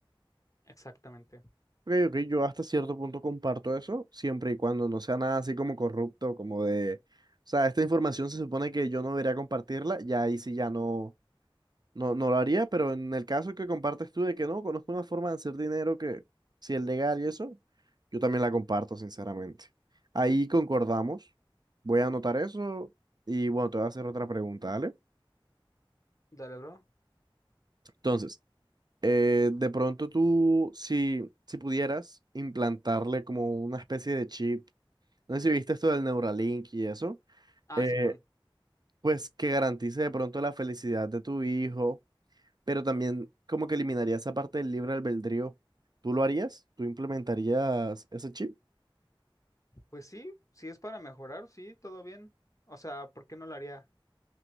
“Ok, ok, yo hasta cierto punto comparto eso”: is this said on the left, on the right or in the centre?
Right